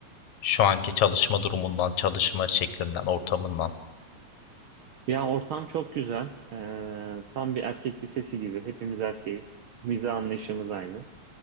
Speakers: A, on the left (about 75°); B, on the right (about 70°).
A: şu anki çalışma durumundan, çalışma şeklinden, ortamından?
B: Ya ortam çok güzel. Ee, tam bir erkek lisesi gibi. Hepimiz erkeğiz. Vize anlayışımız aynı.